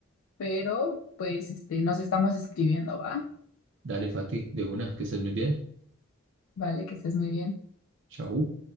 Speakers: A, on the left; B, on the right.
A: pero pues este, nos estamos escribiendo, ¿va?
B: dale Fati, de una, que estés muy bien.
A: Vale, que estés muy bien.
B: Chao.